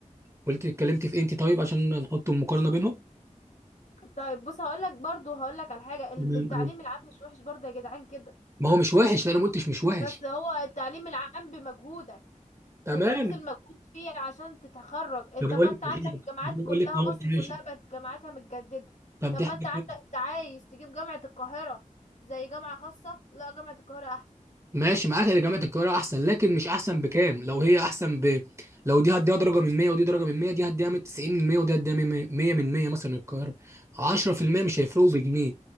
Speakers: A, on the right (about 20°); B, on the left (about 60°).
A: قلت اتكلمت في انتي طيب عشان نحط مقارنة بينهم
B: طيب بص هقولك برضو هقولك على حاجة ال-
A: تمام.
B: التعليم
A: تمام.
B: العام مش وحش برضو يا جدعان كده
A: ما هو مش وحش لا انا ما قلتش مش وحش
B: بس هو التعليم العام بمجهودك
A: تمام
B: وبتبذل مجهود فيه عشان تتخرج انت
A: طب
B: طب
A: اقول
B: ما
A: لك
B: انت
A: دي
B: عندك
A: حاجة.
B: الجامعات
A: طب اقول
B: كلها
A: لك اه
B: مصر
A: ماشي
B: كلها بقت جامعاتها متجددة
A: طب
B: طب
A: دي
B: ما
A: حاجة
B: انت عندك
A: تانية
B: انت عايز تجيب جامعة القاهرة زي جامعة خاصة لا جامعة القاهرة احسن
A: ماشي معاك ان جامعه القاهره احسن لكن مش احسن بكام لو هي احسن ب لو دي هديها درجه من 100 ودي درجه من 100 دي هديها من 90 من 100 ودي هديها من 100 100 من 100 مثلا القاهره 10% مش هيفرقوا بجنيه